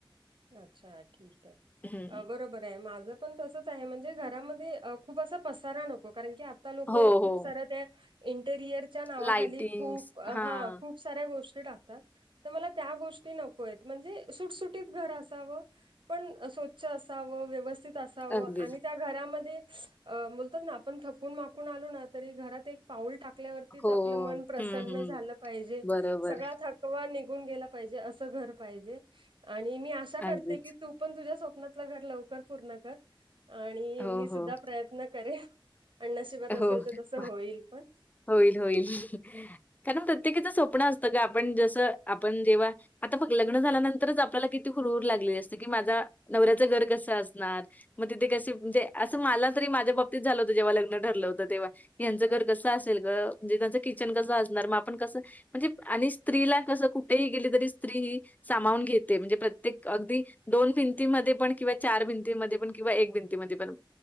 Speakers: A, on the right (about 65°); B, on the left (about 20°).
A: अच्छा ठीक आहे
B: हं.
A: बरोबर आहे. माझं पण तसंच आहे म्हणजे घरामध्ये अ खूप असा पसारा नको. कारण की आता लोक
B: हो,
A: खूप
B: हो.
A: सरळ ते त्या इंटेरियरच्या नावाखाली
B: लाइटिंग्स
A: खूप
B: हां.
A: हा खूप साऱ्या गोष्टी टाकतात, तर मला त्या गोष्टी नको आहेत. म्हणजे सुटसुटीत घर असावं. पण स्वच्छ असावं, ‌व्यवस्थित असावं
B: अगदीच.
A: आणि त्या घरामध्ये अ बोलतात ना, आपण थकून माकून आलो ना तरी घरात एक पाऊल टाकल्यावरतीच
B: हो.
A: आपलं मन प्रसन्न
B: हं, हं.
A: झालं पाहिजे.
B: बरोबर.
A: सगळा थक कवा निघून गेला पाहिजे असं घर पाहिजे. आणि मी आशा करते
B: अगदीच.
A: की तू पण तुझ्या स्वप्नातलं घर लवकर पूर्ण कर आणि
B: हो,
A: मी सुद्धा
B: हो.
A: प्रयत्न करेन. आणि नशिबात असेल
B: हो.
A: तर तसं होईल पण.
B: होईल होईल, कारण प्रत्येकाच स्वप्न असतं ग आपण जसं आपण जेव्हा आता बघ लग्न झाल्यानंतरच आपल्याला किती हुरहर लागलेली असते, ‌ की माझा नवऱ्याचं घर कसं असणार? मग तिथे कशी म्हणजे असं मला तरी माझ्या बाबतीत झालं होतं जेव्हा लग्न ठरलं हो तेव्हाचं यांचं घर कसं असेल ग म्हणजे त्यांचं किचन कसं असणार मग आपण कसं म्हणजे, आणि स्त्रीला कसं कुठेही गेली? तरी स्त्री ही सामावून घेते म्हणजे, प्रत्येक अगदी दोन भिंतीमध्ये पण किंवा चार भिंतीमध्ये पण किंवा एक भिंती स्त्री मध्ये पण,